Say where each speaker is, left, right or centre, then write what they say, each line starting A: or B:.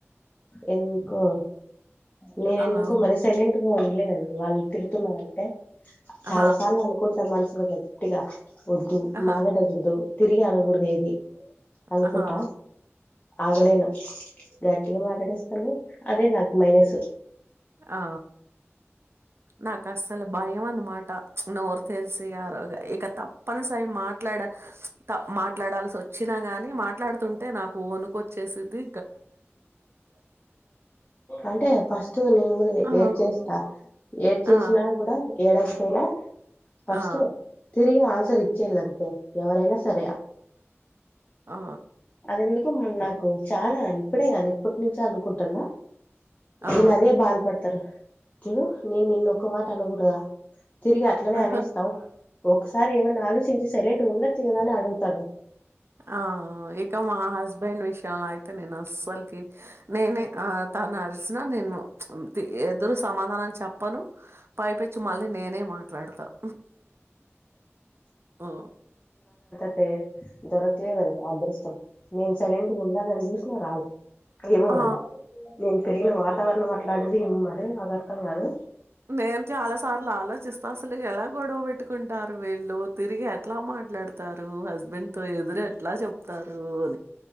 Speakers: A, on the left; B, on the right.
A: ఎందుకో నేన ఎందుకో
B: ఆ!
A: మర సైలెంట్గా ఉండలేన వాళ్ళు తిరుతున్నంటే
B: ఆ!
A: చాలా సార్లు అనుకుంటాం మనుసుులో గట్ టిగా వద్దు
B: ఆహా!
A: మాారాట గడదు తిరిగి అన కూడద ఏది అనుకుంటా
B: ఆహా!
A: ఆగలేను గట్టి గా మా కడస్తాను అదే నాకు మైనస్
B: ఆ నాకు అసలు భయం అన్నమాట నోరు తెలిసి ఆ ఇక తప్పని సయి మాట్లాడ మాట్లాడాల్సి వచ్చినా గాని మాట్లాడుతుంటే నాకు వనుకొచ్చేసిది
A: అంటే ఫస్ట్ నేను కూడా
B: ఆ!
A: ఏడ్ చేస్తా ఏడ్ చేసినా
B: ఆ!
A: కూడా ఏడకపోయినా ఫస్ట్
B: ఆ!
A: తిరిగి ఆన్సర్ ఇచ్చే ఇలాంత <inaudible> ఎవరైనా సరే
B: ఆ!
A: అదెందుకు నాకు చాలా ఇప్పుడే కాదదు ఎప్పటి నుంచో అనుకుంటున్నా
B: ఆ!
A: ఇన్ అదే బాధ పడతారు చ నేను నిన్న ఒక్క మాట అనకూడదా తిరిగి అట్లనే
B: ఆ!
A: అనేస్తావు ఒకసారి ఏమన్నా ఆలోచించి సైలెంట్ ఉన్న దానే అడుగుతడు
B: ఆ ఇక మా హస్బెండ్ విషయం అయితే నేను అస్సలుకి నేనే ఆ తను అరిసిన నేను అ ఎదురు సమాధానన్ని చెప్పను పైపచ్చి మళ్ళీ నేనే మాట్లాడతాను ఓ
A: అ దొరకలేదండి అదృష్టం నేను సరెంటి ఉండాలని చూసినా రదు ఏమో
B: ఆ
A: మళీ నేను తరిగిన వాతావరణంట్ ంటిది ఏమ్ మరి అర్తా అదు
B: మేమ్ చాల సార్ ాల చిస్తాసలు ఎ కొడబట్టు పెట్టుకుంటారు వీళ్ళు తిరిగి ఎట్లా మాట్లాడుత చెతారు హస్బెండ్ తో ఎదురు ఎట్లా చెప్తారు అని